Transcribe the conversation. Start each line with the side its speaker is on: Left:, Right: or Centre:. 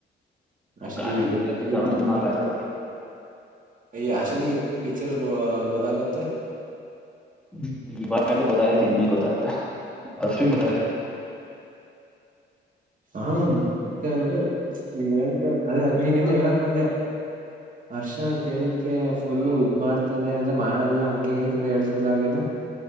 Right: ಅಷೆ
Centre: ಕಾಲೇಜ್
Right: ಇಬ ಇಬ
Centre: ಸುಮ್ಮನೆ ಆಯ್ತು.
Right: ಈ ಯಷ್ಟದಿಗೆ ಇಪ್ಪು ಪಿಕ್ಚರ್ ಗೊದಾಗತ್ತೆ
Centre: ಹ್ಮ ಈಾಗ ಗೊತ್ತಾಯ್ತತಿ ಇನ್ನೇ ಗೊತ್ತಾಯ್ತಾ ಅಷ್ಟ ಗೊ
Right: ಹಾ ಪಿಕ್ಚರ್ ಅಂದ್ರೆಳ್ತಿ ಅದ ನೀನ್ ಇನ್ನ ಹೇಳಕ್ ಬಂದೆ ಹರ್ಷ ಕೇಳಿದಕೆ ಫುಲ್ ಇದ ಮಾಡ್ತಾನೆ ಅಂದ್ರೆ ಮಾಡಲ್ಲಾ ಹಂಗಗೆ ಹಂಗತನಿ ಹೇಳ್ತಲ್ಲ ಹಾಗೇನ